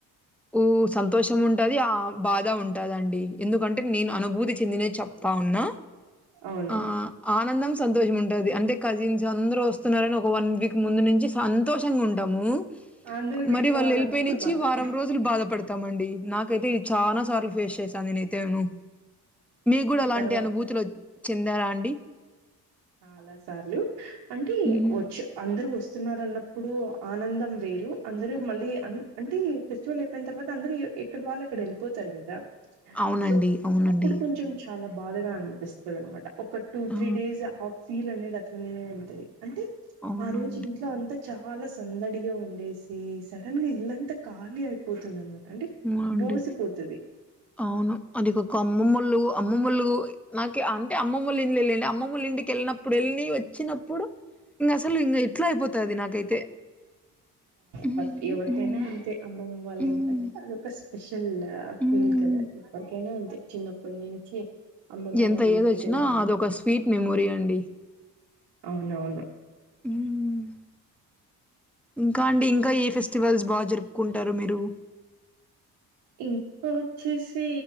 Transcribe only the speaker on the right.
అవును
అందరు విడిపోవాలన్నప్పుడు
బాగా
తర్వాత
చాలా సార్లు అంటే
వచ్చు అందరు వస్తున్నారు అన్నప్పుడు ఆనందం వేరు అందరు మళ్ళీ అం అంటే ఫెస్టివల్ అయిపోయిన తర్వాత అందరూ ఎక్కడి వాళ్ళుక్కడ వెళ్పోతారు కదా
సో
అప్పుడు కొంచెం చాలా బాధగా అనిపిస్తదనమాట ఒక టూ
త్రీ డేస్ ఆ ఫీల్ అనేది అట్లనే ఉంటది అంటే
ఆ రోజ్ జు ఇంట్లో అంతా చాలా సందడిగా ఉండేసి సడన్గా ఇల్లంతా ఖాళీ అయిపోతుంది అనమాట అంటే
బోసిపోతది
ఫస్ట్ ఎవరికైనా
అంతే అమ్మమ్మ వాళ్ళ
ఇల్లంటే అదొక స్పై స్పెషల్
ఫీల్ కదా ఏవ్వారికైనా అంతే చిన్నప్పటి నుంచి అమ్మమ్మ
వాళ్ళ
ఇంటికి
వెళ్ళాలి
అని
అవునవును
ఇంకా వచ్చేసి